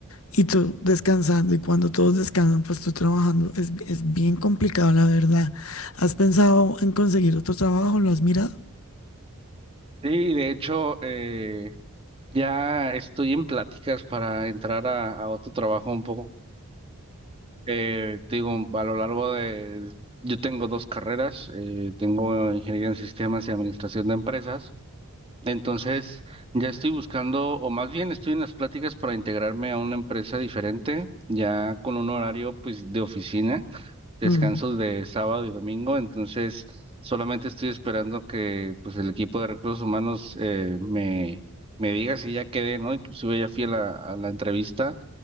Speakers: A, on the left; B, on the right.
A: Y tú descansando, y cuando todos descansan, pues tú trabajando. Es, es bien complicado, la verdad. ¿Has pensado en conseguir otro trabajo? ¿Lo has mirado?
B: Sí, de hecho, eh, ya estoy en pláticas para entrar a, a otro trabajo un poco. eh, te digo, a lo largo de... Yo tengo dos carreras, eh, tengo ingeniería en sistemas y administración de empresas. Entonces, ya estoy buscando, o más bien estoy en las pláticas para integrarme a una empresa diferente, ya con un horario pues de oficina descansos
A: Mm,
B: de sábado y domingo, entonces solamente estoy esperando que pues el equipo de recursos humanos eh, me, me diga si ya quedé, ¿no? Inclusive ya fui a la, a la entrevista,